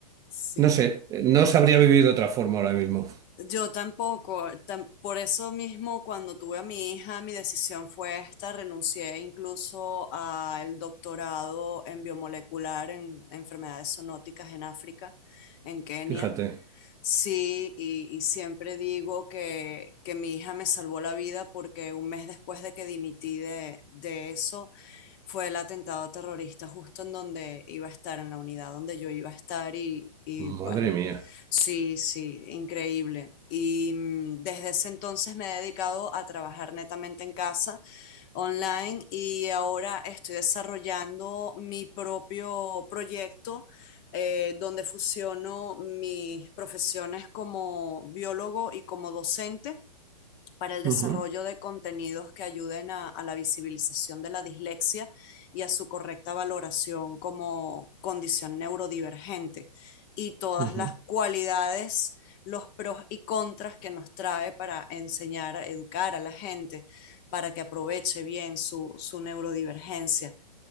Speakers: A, on the left (about 30°); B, on the right (about 15°).
A: Sí,
B: No sé, no sabría vivir de otra forma ahora mismo.
A: yo tampoco. tam- por eso mismo, cuando tuve a mi hija, mi decisión fue esta. Renuncié incluso al doctorado en biomolecular en enfermedades zoonóticas en África, en Kenia.
B: Fíjate,
A: Sí, y, y siempre digo que, que mi hija me salvó la vida porque un mes después de que dimití de, de eso, fue el atentado terrorista justo en donde iba a estar, en la unidad donde yo iba a estar y, y bueno,
B: madre mía.
A: sí, sí, increíble. Y mm, desde ese entonces me he dedicado a trabajar netamente en casa online y ahora estoy desarrollando mi propio proyecto eh, donde fusiono mis profesiones como biólogo y como docente para el desarrollo
B: Ujú,
A: de contenidos que ayuden a, a la visibilización de la dislexia y a su correcta valoración como condición neurodivergente y todas
B: ujú.
A: las cualidades los pros y contras que nos trae para enseñar, educar a la gente, para que aproveche bien su, su neurodivergencia.